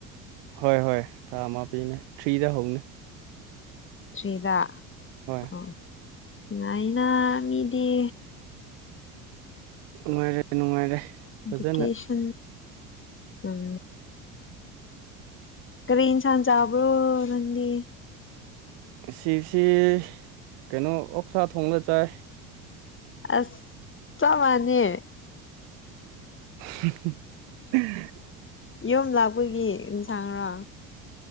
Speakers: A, on the right; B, on the left.
A: ꯍꯣꯏ ꯍꯣꯏ ꯊꯥ ꯑꯃ ꯄꯤꯅꯦ ꯊ꯭ꯔꯤꯗ ꯍꯧꯅꯦ
B: ꯊ꯭ꯔꯤꯗ
A: ꯍꯣꯏ
B: ꯑ ꯉꯥꯏꯅ ꯃꯤꯗꯤ
A: ꯅꯨꯡꯉꯥꯏꯔꯦ ꯅꯨꯡꯉꯥꯏꯔꯦ ꯐꯖꯅ
B: ꯗꯀꯦꯁꯟ ꯎꯝ ꯀ ꯏꯟꯁꯥꯟ ꯆꯥꯕ꯭ꯔꯣ ꯅꯗꯤ
A: ꯁꯤꯁꯤ ꯀꯩꯅꯣ ꯑꯣꯛꯁꯥ ꯊꯣꯕ ꯆꯥꯏ
B: ꯑꯁ ꯆ ꯃꯥꯅꯦꯦ
A: <unintelligible>
B: ꯌꯣꯨꯝ ꯂꯥꯛꯄꯒꯤ ꯑꯦꯟꯁꯥꯡꯔꯣ